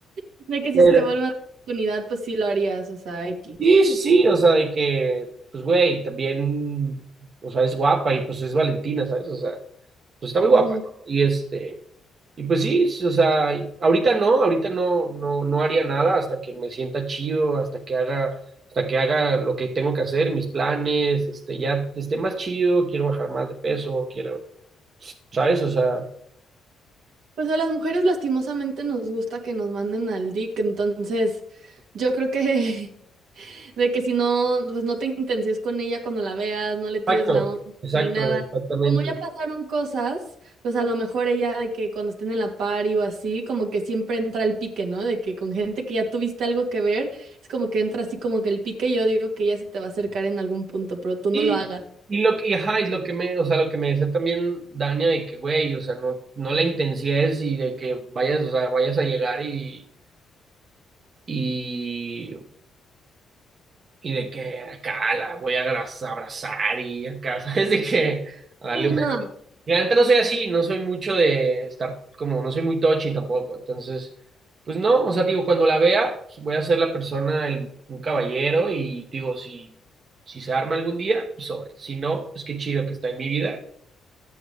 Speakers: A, on the right (about 80°); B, on the right (about 50°).
A: De que
B: Pero,
A: si se vuelve a dar la oportunidad, pues sí lo harías, o sea, X.
B: Sí, sí, sí, o sea, de que, pues, güey, también, o sea, es guapa y pues es Valentina, ¿sabes? O sea, pues está muy
A: Ujú.
B: guapa, ¿no? Y este, y pues sí, sí, o sea, ahorita no, ahorita no, no, no haría nada hasta que me sienta chido, hasta que haga, hasta que haga lo que tengo que hacer, mis planes, este, ya esté más chido, quiero bajar más de peso, quiero, ¿sabes? O sea,
A: Pues a las mujeres lastimosamente nos gusta que nos manden al dick, entonces yo creo que <laughs> De que si no, pues no te intencies con ella cuando la veas, no le tires
B: exacto,
A: la onda
B: exacto,
A: ni nada.
B: exactamente.
A: Como ya pasaron cosas, pues a lo mejor ella de que cuando estén en la party o así, como que siempre entra el pique, ¿no? De que con gente que ya tuviste algo que ver, es como que entra así como que el pique, y yo digo que ella se te va a acercar en algún punto, pero tú no
B: Y,
A: lo hagas.
B: y lo, que- y, ajá, y lo que me, o sea, lo que me decía también Dania de que, güey, o sea, no, no la intensies y de que vayas, o sea, vayas a llegar y, y, y de que acá la voy a abraza- abrazar y acá, <laughs> ¿sabes? De que a darle
A: Sí,
B: un
A: no,
B: beso. Y la neta no soy así, no soy mucho de estar como, no soy muy touchy tampoco, entonces, pues no, o sea, digo, cuando la vea, pues, voy a ser la persona, el, un caballero y digo, si, si se arma algún día, pues sobre, si no, pues qué chido que está en mi vida